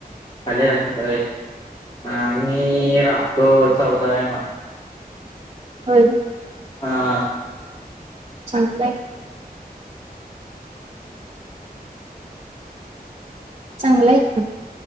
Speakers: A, on the left; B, on the right.
A: खलेत स अ मी राहतो चौदाव्या माग.
B: हो.
A: हा.
B: सांगताय. चांगला आहे का.